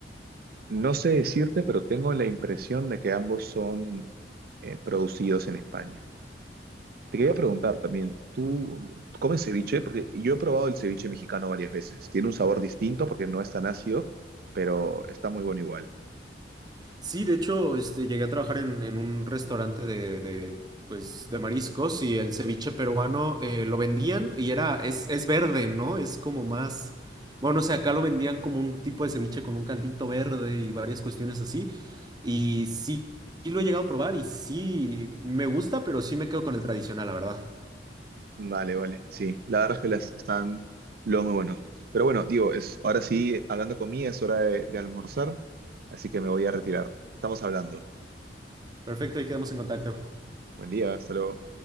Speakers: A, on the right; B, on the right.
A: No sé decirte, pero tengo la impresión de que ambos son eh, producidos en España. Te quería preguntar también, ¿tú comes ceviche? Porque yo he probado el ceviche mexicano varias veces. Tiene un sabor distinto porque no es tan ácido, pero está muy bueno igual.
B: Sí, de hecho, este, llegué a trabajar en, en un restaurante de, de, pues, de mariscos y el ceviche peruano eh, lo vendían y era, es, es verde, ¿no? Es como más, bueno, o sea, acá lo vendían como un tipo de ceviche con un caldito verde y varias cuestiones así. Y sí, sí lo he llegado a probar y sí, me gusta, pero sí me quedo con el tradicional, la verdad.
A: Vale, vale, sí. La verdad es que las están lo muy buenos. Pero bueno, digo, es, ahora sí, hablando conmigo, es hora de de almorzar, así que me voy a retirar. Estamos hablando.
B: Perfecto, ahí quedamos en contacto.
A: Buen día, hasta luego.